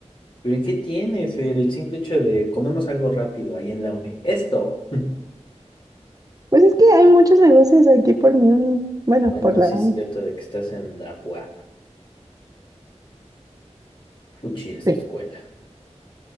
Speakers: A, on the left; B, on the right.
A: Pero ¿y qué tiene, Fer? El simple hecho de comemos algo rápido ahí en la uni. Esto.
B: Pues es que hay muchos negocios aquí por mi uni. Bueno,
A: Bueno,
B: por la
A: sí
B: uni.
A: es cierto de que estás en la UAP. Fuchi, esa
B: Sí,
A: escuela.